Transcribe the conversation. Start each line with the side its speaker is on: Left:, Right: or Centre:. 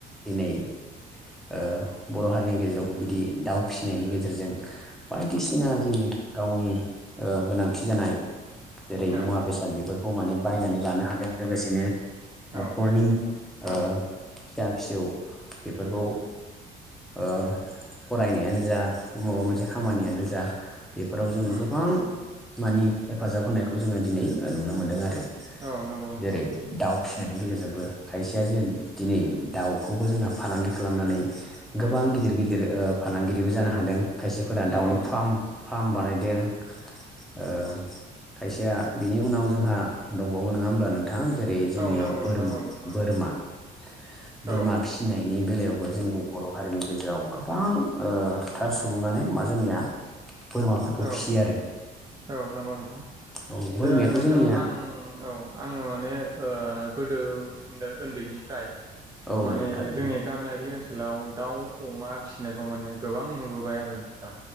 Centre: दिनै ओ बर हारिनि गेजेरावबो बिदि दाउ फिसिनायनि गेजेरजों बायदिसिना जि गावनि ओ गोनांथि जानाय जेरै
Right: औ
Centre: मुवा बेसाद बेफोरखौ माने बायनानै लानो हादों लोगोसेनो नखरनि
Right: औ
Centre: ओ
Right: औ
Centre: फिसा फिसौ बेफोरखौ ओ फरायनायानो जा ब माबा मोनसे खामानियानो जा बेफोराव जोङो
Right: उम
Centre: गोबां मानि हेफाजाब होनायखौ जोङो दिनै ओ नुनो मोन्दों आरो
Right: औ नंगौ नोंथां
Centre: जेरै दाउ फिसिनायनि गेजेरजोंबो खायसेया जों दिनै दाउखौबो जोंना फालांगि खालामनानै
Right: नंगौ
Centre: गोबां
Right: नोंथां
Centre: गिदिर गिदिर ओ फालांगिरिबो जानो हादों खायसेफोरा
Right: नंगौ
Centre: दाउनि
Right: नोंथां
Centre: फार्म फार्म बानाय दों ओ खायसेया बिनि उनाव जोंहा दंबावो नोङा होमबा नों थां जेरै जोंनियाव
Right: औ नंगौ नोंथां
Centre: बोर
Right: औ नंगौ
Centre: बोरमा
Right: औ
Centre: फिसिनायनि बेलायाव बो जोंनि बर हारिनि गेजेराव गोबां ओ थार सुबुङानो मा जोंनिया? बोरमाफोरखौ
Right: औ
Centre: फियो आरो।
Right: औ नंगौ नोंथां
Centre: औ बोरमायाथ'
Right: ओ नोंथां
Centre: जोंनिया
Right: आं औ आङो माने ओ गोदो ओन्दैनिफ्राय
Centre: औ
Right: माने
Centre: नंगौ थारैनो
Right: जोंनि गामियारि ओनसो लाव दाउ अमा फिसिनायखौ माने गोबां नुबोबाय आरो नोंथां